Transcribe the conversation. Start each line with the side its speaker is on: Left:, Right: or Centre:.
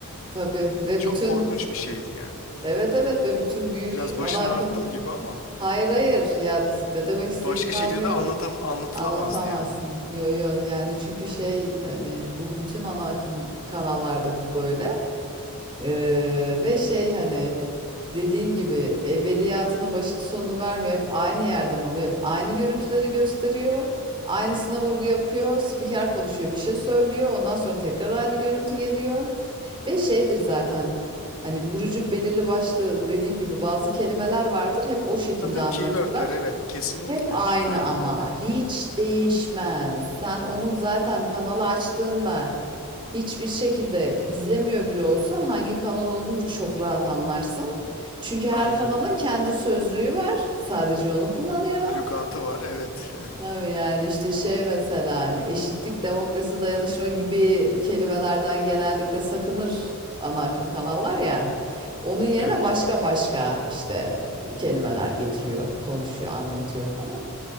Right: Tabii ve
Left: Çok
Right: bütün
Left: korkunç bir şeydi yani.
Right: evet evet ve bütün büyük
Left: Biraz
Right: ana
Left: başını
Right: akım
Left: arttım gibi ama
Right: hayır hayır ya ne demek
Left: başka
Right: istediğini
Left: şekilde
Right: anlıyorum.
Left: de anlatam anlatılamazdı
Right: Anlatamazsın.
Left: yani.
Right: Yo yo yani çünkü şey hani bu bütün ana akım kanallarda bu böyle. Ee, ve şey hani dediğin gibi evveliyatını başını sonunu vermiyor. Hep aynı yerden alıyor. Hep aynı görüntüleri gösteriyor. Aynısına
Left: Hı hı.
Right: vurgu yapıyor. Spiker konuşuyor, bir şey söylüyor. Ondan sonra tekrar aynı görüntü geliyor. Ve şeydir zaten hani vurucu belirli başlı dediğim gibi bazı kelimeler vardır hep o şekilde
Left: Tabii tabii
Right: anlatırlar.
Left: keywordler evet kesinlikle.
Right: Hep aynı
Left: Aynen
Right: ama
Left: öyle.
Right: hiç değişmez. Sen onun zaten kanalı açtığında hiçbir şekilde izlemiyor bile olsan hangi kanal olduğunu çok rahat anlarsın. Çünkü her
Left: Aynen.
Right: kanalın kendi sözlüğü var. Sadece onu kullanıyor.
Left: Lügatı var evet. <laughs>
Right: Tabii yani işte şey mesela hani eşitlik, demokrasi, dayanışma gibi kelimelerden genellikle sakınır ana akım kanallar ya. Onun yerine
Left: Evet.
Right: başka başka işte kelimeler getiriyor, konuşuyor, anlatıyor falan.